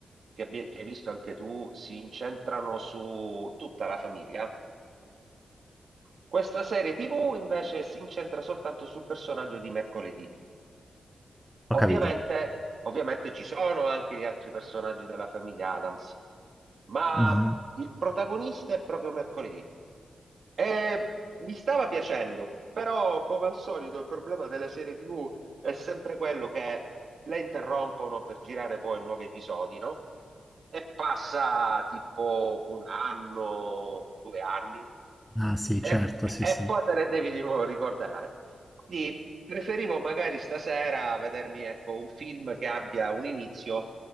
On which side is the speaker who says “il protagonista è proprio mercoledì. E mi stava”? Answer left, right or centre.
Right